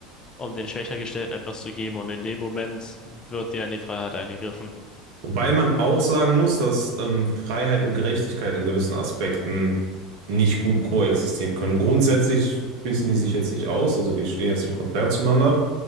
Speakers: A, on the left; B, on the right.
A: um den schwächer gestellten etwas zu geben. Und in dem Moment wird dir in die Freiheit eingegriffen.
B: Wobei man auch sagen muss, dass ähm, Freiheit und Gerechtigkeit in gewissen Aspekten nicht gut koexistieren können. Grundsätzlich schließen die sich jetzt nicht aus, also die stehen jetzt nicht konträr zueinander.